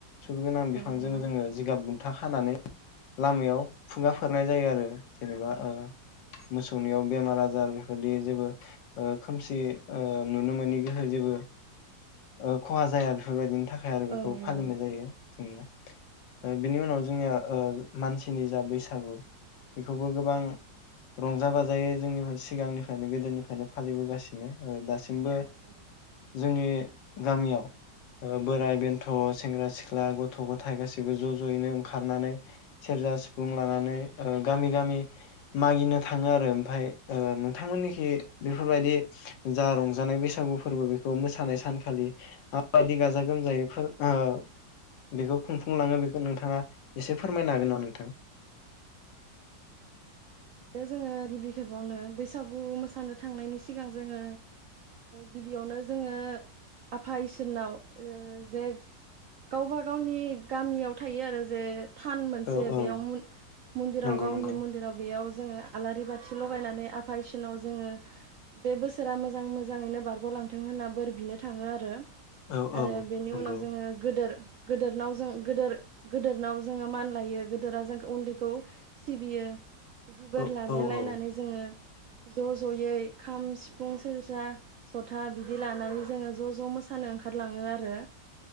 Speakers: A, on the left; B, on the right.
A: सुगोनां बिफांजों
B: औ नंगौ औ
A: जोंङो जिगाब बुन था खानानै लामायाव खुगा फोरनाय जायो आरो जेनेबा ओ मोसौ <unintelligible> बेमार आजार बेफोरदि जेबो ओ खोमसि ओ नुनो मोनि गोहो जेबो ओ खहा जाया बेफोरबायदिनि थाखाय आरो बेखौ
B: औ नंगौ
A: फालिनाय जायो जोंनिया। ओ बिनि उनाव जोंनिया ओ मानसिनि जा बैसागु बेखौबो गोबां रंजा बाजा <unintelligible> जोंनिफाय सिगांनिफायनो गोदोनिफायनो फालिबोगासिनो ओ दासिमबो
B: औ नंगौ
A: जोंनि गामियाव ओ बोराइ बेन्थ सेंग्रा सिख्ला गथ गथाय गासैबो ज जयैनो ओंखारनानै सेरजा सिफुं लानानै ओ गामि गामि मागिनो थाङो आरो ओमफाय ओ नोंथांमोननिखि बेफोरबायदि जा रंजानाय बैसागु फोरबो बेखौ मोसानाय सानखालि माबायदि गाजा गोमजायै फोर ओ बेखौ खुंफुंलाङो बेखौ नोंथाङा एसे फोरमायनो हागोन ना नोंथां
B: दा जोङो गिबि खेबावनो बैसागु मोसानो थांनायनि सिगां जोङो गिबियावनो जोङो आफा इसोरनाव जे गावबा गावनि गामियाव थायो आरो जे थान मोनसे
A: औ औ
B: बेयाव मन मन्दिराव
A: नंगौ
B: गावनि
A: नंगौ
B: मन्दिराव बेयाव जोङो आलारि बाथि लगायनानै आफा इसोरनाव जोङो बे बोसोरा मोजां मोजाङैनो बारग'लांथों होनना बोर बिनो थाङो आरो
A: औ
B: आरो
A: औ
B: बेनि
A: नंगौ
B: उनाव जोङो गोदोर गोदोरनाव जों गोदोर गोदोरनाव जोङो मान लायो गोदोरा जों उन्दैखौ सिबियो बोर
A: औ
B: लालाय
A: औ
B: लायनानै
A: औ
B: जोङो ज' ज'यै खाम सिफुं सेरजा जथा बिदि लानानै जोङो ज' ज' मोसानो ओंखारलाङो आरो।